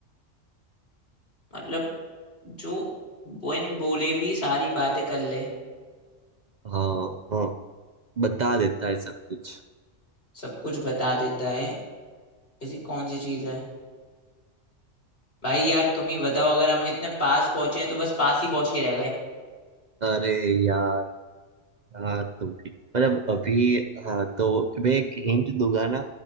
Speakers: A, on the left (about 50°); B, on the right (about 45°).
A: मतलब जो बिन बोले भी सारी बातें कर ले
B: हाँ हाँ बता देता है सब कुछ
A: सब कुछ बता देता है ऐसी कौन सी चीज है भाई यार तुम ही बताओ अगर हम इतने पास पहुंचे हैं तो बस पास ही पहुंच के रह गए
B: अरे यार हाँ तुम भी मतलब अभी हाँ तो मैं एक हिंट दूंगा ना